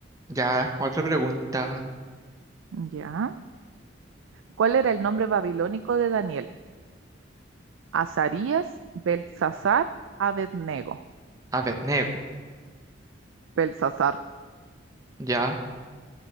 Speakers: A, on the right (about 15°); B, on the right (about 85°).
A: Ya, otra pregunta.
B: Ya. ¿Cuál era el nombre babilónico de Daniel? Azarías, Belsasar, Abednego.
A: Abednego,
B: Belsasar.
A: ya.